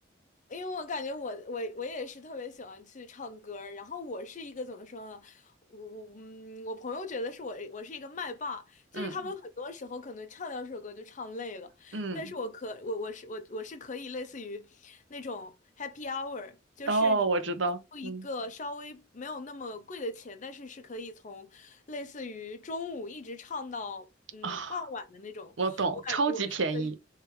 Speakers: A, on the left; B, on the right.
A: 因为我感觉我我我也是特别喜欢去唱歌儿然后我是一个怎么说呢？我我嗯，我朋友觉得是我我是一个麦霸，就是他们很多时候可能唱两首歌就唱累了，
B: 嗯嗯，
A: 但是我可我我是我我是可以类似于那种 happy hour，就是你付一个稍微没有那么贵的钱，
B: 哦，我知道，嗯
A: 但是是可以从类似于中午一直唱到嗯傍晚的那种，
B: 啊，我懂，
A: 我感觉我是可以。
B: 超级便宜，